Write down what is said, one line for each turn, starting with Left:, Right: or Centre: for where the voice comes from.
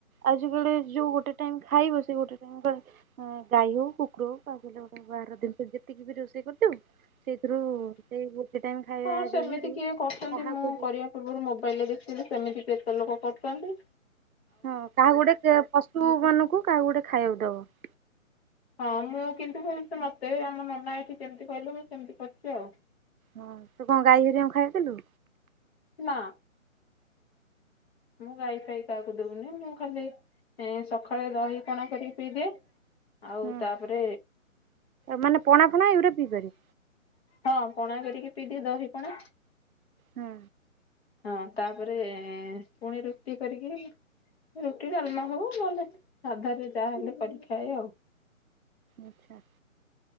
Right: ଆଜି କାଲି ଯୋଉ ଗୋଟେ ଟାଇମ ଖାଇବ ସେ ଗୋଟେ ଟାଇ ଖ ହ ଗାଈ ହଉ କୁକୁର ହଉ କହାହିଲ ଗୋଟେ ଦିନ ଯେତିକି ବି ରୋଷେଇ କରିଦଉ ସେଇଥିରୁ ସେଇ ଗୋଟେ ଟାଇମ ଖାଇବା
Left: ହଁ ସେମିତି
Right: ଯୋଗରୁ
Left: କିଏ କରୁଛନ୍ତି
Right: କାହାକୁ
Left: ମୁଁ
Right: ବି
Left: କରିବା ପୂର୍ବରୁ ମୋବାଇଲରେ ଦେଖିଥିଲି ସେମିତି କେତେ ଲୋକ କରୁଚନ୍ତି?
Right: ହଁ କାହାକୁ ଗୋଟେ କେ ପଶୁ ମାନଙ୍କୁ କାହାକୁ ଗୋଟେ ଖାଇବାକୁ ଦବ।
Left: ହଁ ମୁଁ କିନ୍ତୁ ମୋତେ ଆମ ନନା ଏଇଠି ଯେମିତି କହିଲେ ମୁଁ ସେମିତି କରିିଚି ଆଉ।
Right: ହଁ ତୁ କଣ ଗାଈ ହରିକାଙ୍କୁ ଖାଇବାକୁ ଦେଲୁ?
Left: ନା ମୁଁ ଗାଈ ଫାଇ କାହାକୁ ଦଉନି ମୁଁ ଖାଲି ଏ ସକାଳେ ଦହି ପଣା କରିକି ପିଇଦିଏ ଆଉ
Right: ହୁଁ
Left: ତାପରେ
Right: ମାନେ ପଣା ଫଣା ଏଗୁରା ପିଇ ପାରିବୁ
Left: ହଁ ପଣା କରିକି ପିଇ ଦିଏ ଦହି ପଣା
Right: ହୁଁ
Left: ହଁ ତାପରେ ପୁଣି ରୁଟି କରିକି ରୁଟି ଡାଲମା ହଉ ନହେଲେ ସାଧାରେ ଯାହା ହେଲେ କରିକି ଖାଏ ଆଉ।
Right: ଆଚ୍ଛା!